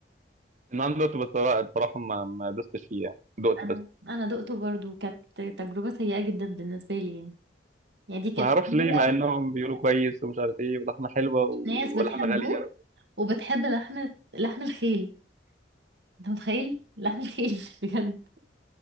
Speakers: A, on the right; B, on the right.
A: النهارده دوت بصراحة بصراحة ما ما دوستش فيه يعني دقت
B: انا
A: بس
B: انا دقته برضو كانت تجربة سيئة جدا بالنسبة لي يعني يعني دي كانت
A: ما اعرفش
B: ناس
A: ليه مع انهم بيقولوا كويس ومش عارف ايه ولحمة حلوة و-
B: ناس بتحبه
A: ولحمة غالية
B: وبتحب لحم لحم الخيل انت متخيل لحم الخيل <laughs> بجد